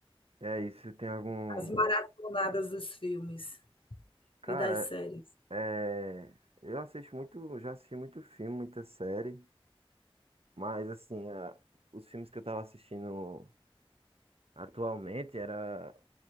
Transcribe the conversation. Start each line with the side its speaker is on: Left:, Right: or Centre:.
Right: E aí, você tem algum.
Left: As maratonadas dos filmes
Right: Cara,
Left: e das séries?
Right: é. Eu assisto muito. eu Já assisti muito filme, muita série. Mas, assim, a- os filmes que eu tava assistindo atualmente era